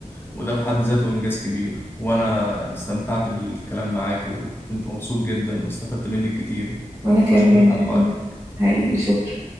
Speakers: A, on the left; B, on the right.
A: وده في حد ذاته انجاز كبير وانا استمتعت بالكلام معاك وكنت مبسوط جدا واستفدت منك كتير
B: وأنا كمان
A: بشكرك على
B: حقيقي
A: وقتك
B: حقيقي شكرا